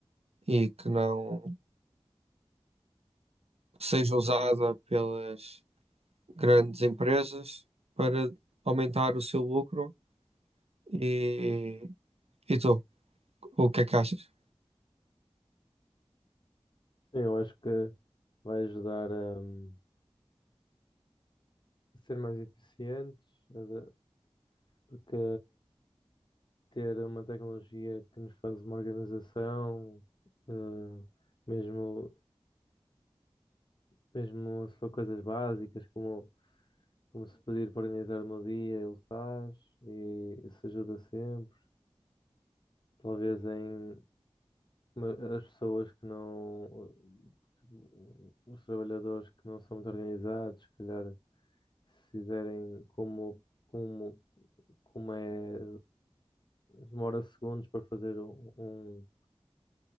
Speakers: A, on the right; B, on the left.
A: e que não seja usada pelas grandes empresas para aumentar o seu lucro e, e tu, o que é que achas?
B: Sim, eu acho que vai ajudar a, hum, ser mais eficientes, a da- porque ter uma tecnologia que nos faz uma organização, eh, mesmo, mesmo se for coisas básicas, como, como se pedir para organizar o meu dia, ele faz e isso ajuda sempre. Talvez em ma- as pessoas que não, tipo, os trabalhadores que não são muito organizados, se calhar se fizerem como, como, como é, demora segundos para fazer um, um-